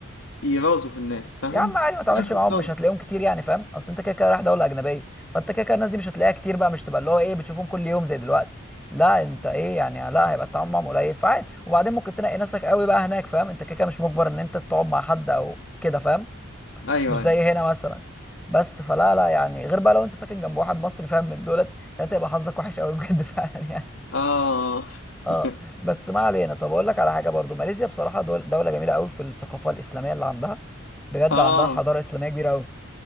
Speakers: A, on the left; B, in the centre.
A: يرازوا في الناس فاهم
B: يا عم عادي ما تعملش
A: الناس بترازوا
B: معاهم مش هتلاقيهم كتير يعني فاهم اصل انت كده كده رايح دوله اجنبيه فانت كده كده الناس دي مش هتلاقيها كتير بقى مش تبقى اللي هو ايه بتشوفهم كل يوم زي دلوقتي لا انت ايه يعني لا هيبقى التعامل معاهم قليل فعادي وبعدين ممكن تنقي ناسك قوي بقى هناك فاهم انت كده كده مش مجبر ان انت تقعد مع حد او كده فاهم
A: ايوه
B: مش زي
A: ايوه
B: هنا مثلا بس فلا لا يعني غير بقى لو انت ساكن جنب واحد مصري فاهم من دولت ساعتها يبقى حظك وحش قوي بجد <laughs> فعلا يعني
A: اه
B: اه
A: <laughs>
B: بس ما علينا طب اقول لك على حاجه برضو ماليزيا بصراحه دول دوله جميله قوي في الثقافه الاسلاميه اللي عندها بجد
A: اه
B: عندها حضاره اسلاميه كبيره قوي